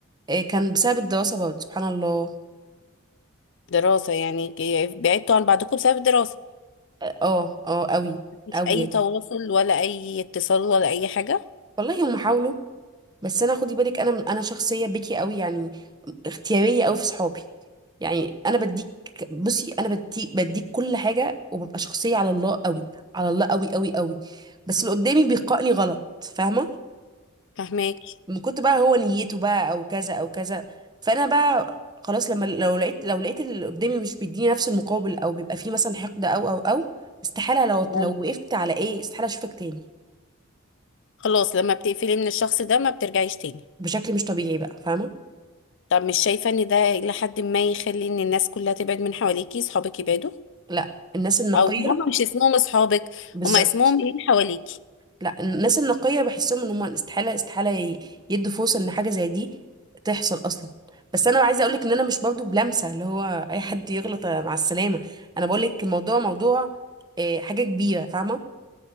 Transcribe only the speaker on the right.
آه، كان بسبب الدراسه برضو سبحان الله
اه اه قوي
قوي
يعني
والله هم حاولوا بس انا خدي بالك انا انا شخصيه بكي قوي يعني اختياريه قوي في صحابي يعني انا بديك بصي انا بديك بديك كل حاجه وببقى شخصيه على الله قوي على الله قوي قوي قوي بس اللي قدامي بيقائني غلط فاهمه
من كنت بقى هو نيته بقى او كذا او كذا فانا بقى خلاص لما لو لقيت لو لقيت اللي قدامي مش بيديني نفس المقابل او بيبقى فيه مثلا حقد او او او استحالة لو
لو وقفت على ايه استحالة اشوفك تاني
بشكل مش طبيعي بقى فاهمة
لا الناس النقية
بالظبط
لا الناس النقية بحسهم ان هم استحالة استحالة ي- يدوا فرصة ان حاجة زي دي تحصل اصلا بس انا عايزه اقولك ان انا مش برضو بلمسه اللي هو اي حد يغلط مع السلامه انا بقولك الموضوع موضوع آه، حاجه كبيره فاهمه